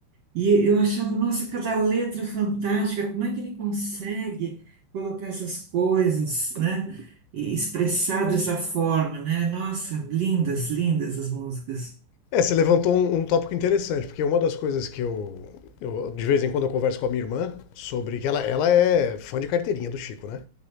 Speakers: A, on the right; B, on the left.
A: E eu achava, nossa, cada letra fantástica, como é que ele consegue colocar essas coisas, né? E expressar dessa forma, né? Nossa, lindas, lindas as músicas.
B: É, você levantou um, um tópico interessante, porque uma das coisas que eu, eu, de vez em quando eu converso com a minha irmã sobre que ela, ela é fã de carteirinha do Chico, né?